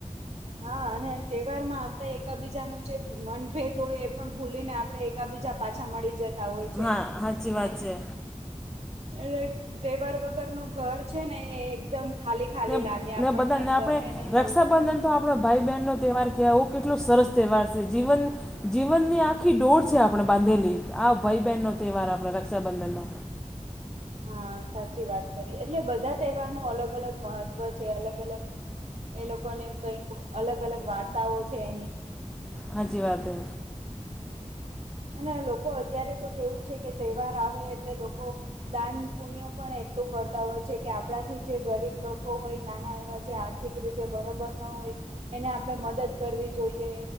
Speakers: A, on the right (about 55°); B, in the centre.
A: હા અને તેહવારમાં આપડે એકાબીજાનું જે મનભેદ હોય એ પણ ભૂલીને આપડે કા બીજા પાછા મડી જતા હોય છે
B: હા સાચી વાત
A: એ
B: છે
A: એટલે તેહવાર વગર નું ઘર છેને એ એકદમ ખાલી-ખાલી
B: ને
A: લાગે આપણને
B: ને બધાને આપણે
A: ગમે નઈ
B: રક્ષાબંધન
A: એવું થાય.
B: તો આપડો ભાઈ-બહેનનો તહેવાર કેવુ કેટલો સરસ તહેવાર સે જીવન જીવનની આખી ડોર છે આપણે બાંધેલી આ ભાઈ- બેનનો તહેવાર આપડે રક્ષાબંધનનો
A: હા સાચી વાત કરી એટલે બધા તહેવારનું અલગ- અલગ મહત્વ છે અલગ-અલગ એ લોકોને કઈક અલગ અલગ વાર્તાઓ છે એની
B: હાચી વાત હે
A: અને લોકો અત્યારે તો કેવું છે કે તહેવાર આવે એટલે લોકો દાન-પુણ્ય પણ એટલું કરતા હોય છે કે આપણાથી જે ગરીબ લોકો હોય નાના એવા જે આર્થિક રીતે બરોબર ના હોય એને આપડે મદદ કરવી જોઈએ.